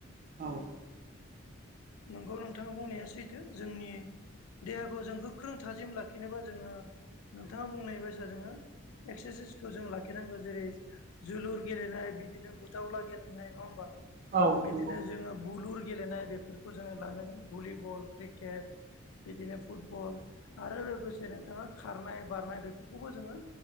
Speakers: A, on the right; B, on the left.
A: औ।
B: नंगौ नोंथाङा बुंनाया सैथो जोंनि देहाखौ जों गोख्रों थाजिम ला खिनोबा जोङो नोंथाङा बुंनाय बायसा जोङो एक्सारसाइसखौ जों लाखिनांगौ जेरै जोलुर गेलेनाय बिदिनो बुथावला गेलेनाय नङा होनबा
A: औ
B: बिदिनो
A: नंगौ
B: जोङो बुलुर गेलेनाय बे फोरखौ जोङो लानांगोन भलिबल, क्रिकेट बिदिनो फुटबल आरो लोगोसे नोंथाङा खारनाय बारनाय बेफोरखौबो जोङो